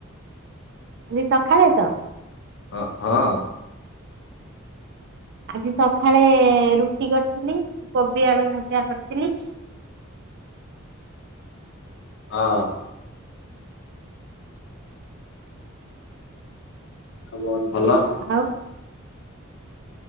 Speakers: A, on the right (about 55°); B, on the left (about 60°).
A: ଆଜି ସଖାଳେତ?
B: ହଁ ହଁ।
A: ଆଜି ସଖାଳେ ରୁଟି କରିଥିଲି କୋବି ଆଳୁ ଭାଜା କରିଥିଲି
B: ହଁ। ଆଉ ବହୁତ୍ ଭଲ।
A: ଆଉ?